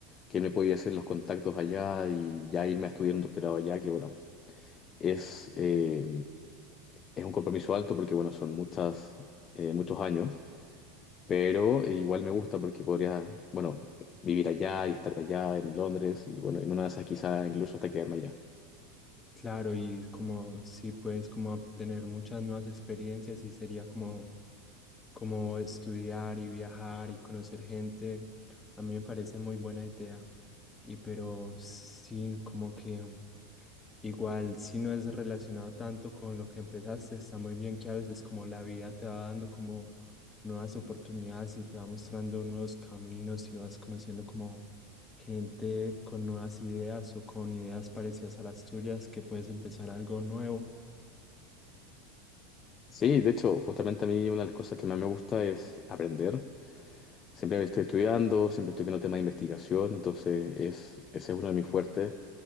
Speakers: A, on the left; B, on the left.
A: que él me podía hacer los contactos allá y ya irme a estudiar un doctorado allá, que bueno, es, eh, es un compromiso alto porque bueno, son muchas, eh, muchos años. Pero eh, igual me gusta porque podría, bueno, vivir allá y estar allá en Londres y bueno, en una de esas quizá incluso hasta quedarme allá.
B: Claro, y como sí puedes como obtener muchas nuevas experiencias y sería como, como estudiar y viajar y conocer gente. A mí me parece muy buena idea. Y pero sí, como que igual si no es relacionado tanto con lo que empezaste, está muy bien que a veces como la vida te va dando como nuevas oportunidades y te va mostrando nuevos caminos y vas conociendo como gente con nuevas ideas o con ideas parecidas a las tuyas que puedes empezar algo nuevo.
A: Sí, de hecho, justamente a mí una de las cosas que más me gusta es aprender. Siempre estoy estudiando, siempre estoy viendo temas de investigación, entonces es, ese es uno de mis fuertes.